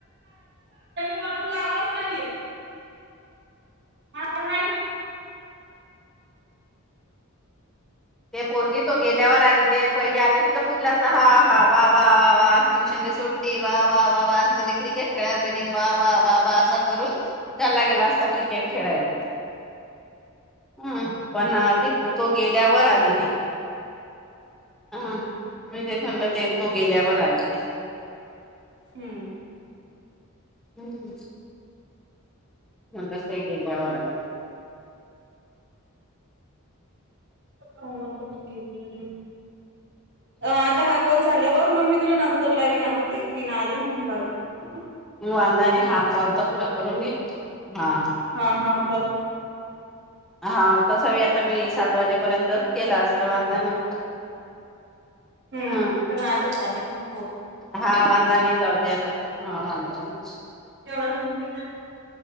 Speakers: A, on the right; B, in the centre.
A: त्यो अजून लावलाच नाहीे. हां
B: ते पोरगी तो गेल्यावर आली ते पहिले आली असती पुरलअसत हा हा वा वा वा वा ट्युशन ला सुट्टी वा वा वा वा आज मला क्रिकेट खेळायला भेटीन वा वा वा वा असा करून चालला गेला असता क्रिकेट खेळायला हम्मं पण ती तो गेल्यावर. वर आली ते हां तेे म्हणलं ते तो गेल्यावर आली ते.
A: हम्म
B: हम् रस गलेवार हम्
A: कोमल कुठ दिली हाता ह <unintelligible> कॉल झाल्यावर मग मी तुला नंतर लावीन आता तीन आली मग लान म
B: वांदा हा <unintelligible> कॉल तर पूरा करून मी हा
A: हा हा कॉल
B: हा तसा व आता मी सात वाजेपर्यंतच केला अस वांदा नसता
A: हम्म
B: ह
A: चला आता त्यावी मग <unintelligible> हो <inaudible>
B: हा वांदा नाही जाऊदे आता हा वांदा नाही.
A: का <inaudible>